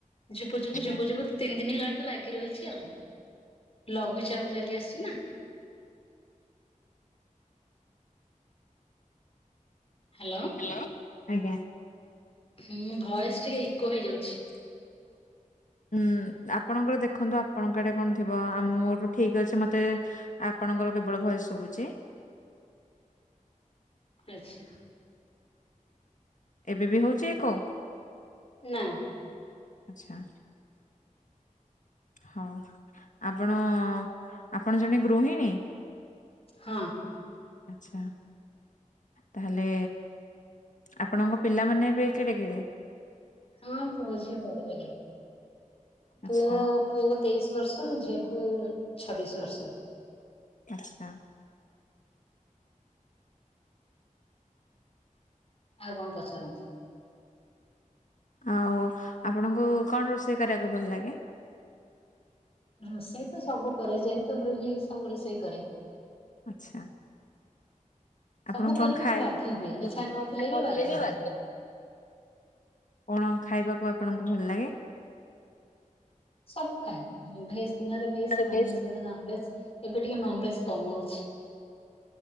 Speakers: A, on the left (about 45°); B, on the left (about 65°).
A: ଝୁପୁ -ଝୁପୁ
B: ଦିନ
A: -ଝୁପୁ- ଝୁପୁ ତିନି ଦିନ ହେଲାଣି ତ ଲାଗି ରହିଛି ଆଉ। ଲଘୁଚାପ ଚାଲି ଆସିଚି ନା। ହ୍ୟାଲୋ।
B: ହ୍ୟାଲୋ, ଆଜ୍ଞା।
A: ହୁଁ ଭଏସ୍ ଟିକେ ଇକୋ ହେଇଯାଉଛି।
B: ଉୁଁ ଆପଣଙ୍କର ଦେଖନ୍ତୁ ଆପଣଙ୍କ ଆଡ଼େ କଣ ଥିବ ଆମ ମୋର ଠିକ୍ ଅଛି ମତେ ଆପଣଙ୍କର କେବଳ ଭଏସ୍ ଶୁଭୁଛି।
A: ଆଚ୍ଛା।
B: ଏବେ ବି ହଉଚି ଏକ
A: ନାଁ।
B: ଆଚ୍ଛା। ହଁ ଆପଣ ଆପଣ ଜଣେ ଗୃହିଣୀ?
A: ହଁ।
B: ଆଚ୍ଛା। ତାହେଲେ ଆପଣଙ୍କ ପିଲାମାନେ ଏବେ କେଡ଼େ କେଡ଼େ?
A: ହଁ ପୁଅ ଝିଅ ବଡ଼ ହେଇଗଲେଣି। ପୁଅ
B: ଆଚ୍ଛା।
A: ପୁଅକୁ ତେଇଶି ବର୍ଷ ଝିଅକୁ ଛବିଶ ବର୍ଷ।
B: ଆଚ୍ଛା।
A: ଆଉ କଣ ପଚାରନ୍ତୁ?
B: ଆଉ ଆପଣଙ୍କୁ କଣ ରୋଷେଇ କରିବାକୁ ଭଲ ଲାଗେ?
A: ରୋଷେଇ ତ ସବୁ କରେ ଯେହେତୁ ଗୃହିଣୀ ସବୁ ରୋଷେଇ କରେ।
B: ଆଚ୍ଛା।
A: ସବୁ
B: ଆପଣ କଣ
A: କରିବାକୁ
B: ଖାଏ
A: ବାଧ୍ୟ ହୁଏ
B: <unintelligible>
A: ଇଚ୍ଛା ନଥିଲେ ବି ବାଧ୍ୟ ହୁଏ।
B: କଣ ଖାଇବାକୁ ଆପଣଙ୍କୁ ଭଲ ଲାଗେ?
A: ସବୁ ଖାଏ ଭେଜ ଦିନରେ ଭେଜ
B: ତାର
A: ନନଭେଜ
B: ଭେଜ୍ ନନଭେଜ୍
A: ଦିନରେ ନନଭେଜ ଏବେ ଟିକେ ନନଭେଜ କମଉଛି।